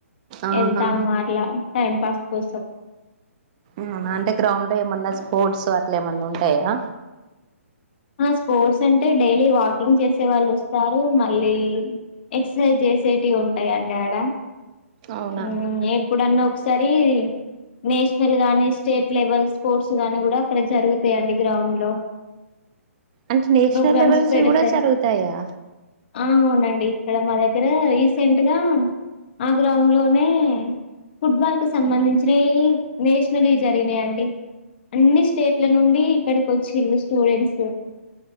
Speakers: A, on the right (about 30°); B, on the left (about 45°).
A: ఆహా
B: ఎద్దామర్లా టైం పాస్ కోసం
A: అవునాండి గ్రౌండ్ లో ఏమన్నా స్పోర్ట్స్ అట్లా ఏమన్నా ఉంటాయా?
B: అ స్పోర్ట్స్ అంటే డైలీ వాకింగ్ చేసే వాళ్ళు వస్తారు మళ్ళీ ఎక్ససైజ్ చేసేటివి ఉంటాయండి ఆడ
A: అవునా
B: ఊ ఎప్పుడన్నా ఒక సరి నేషనల్ గానీ, స్టేట్ లెవెల్ స్పోర్ట్స్ గానీ కూడా అక్కడ జరుగుతాయండి గ్రౌండ్ లో.
A: అంటే నేషనల్
B: ప్రోగ్రామ్స్
A: లెవెల్స్వి
B: పెడతారు
A: కూడా జరుగుతాయా?
B: ఆ అవునండి ఇక్కడ మా దగ్గర రీసెంట్గా ఆ గ్రౌండ్ లోనే ఫుట్బాల్ కు సంబంధించినవి నేషనల్వి జరిగినాయండి. అన్ని స్టేట్ల నుండి ఇక్కడికి వచ్చిళ్ళు స్టూడెంట్స్